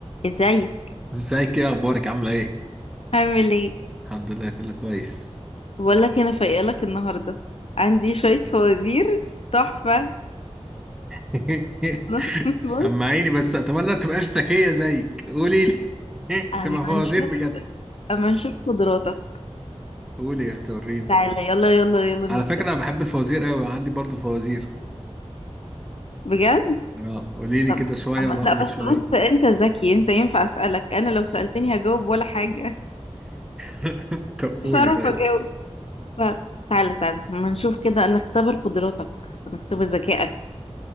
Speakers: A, on the left; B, in the centre.
A: ازاي
B: ازيك ايه اخبارك عامله ايه
A: عامل ايه
B: الحمد لله كله كويس
A: بقول لك انا فايقه لك النهارده عندي شويه فوازير تحفه
B: <laughs>
A: <laughs> بص
B: سمعيني بس اتمنى تبقاش ذكيه زيك قولي لي <laughs>
A: اما
B: تبقى فوازير
A: نشوف
B: بجد
A: اما نشوف قدراتك
B: قولي يا اختي وريني
A: تعالى يلا يلا يلا نبدا
B: على فكره انا بحب الفوازير قوي عندي برضو فوازير
A: بجد
B: اه قولي لي
A: طب
B: كده شويه
A: أما...
B: وانا اقول
A: لا
B: لك
A: بس
B: شويه
A: بص انت ذكي انت ينفع اسالك انا لو سالتني هجاوب ولا حاجه
B: <laughs>
A: <laughs>
B: طب قولي
A: مش هعرف
B: طيب
A: اجاوب ف... تعالى تعالى اما نشوف كده نختبر قدراتك نختبر ذكائك